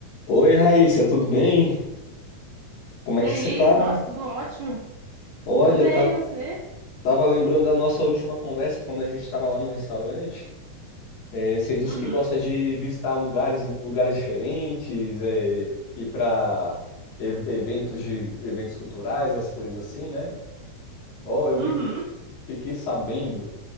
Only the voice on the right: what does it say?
E
aí?
Nossa, tudo ótimo.
Tudo bem,
e você?
Uhum.
Uhum.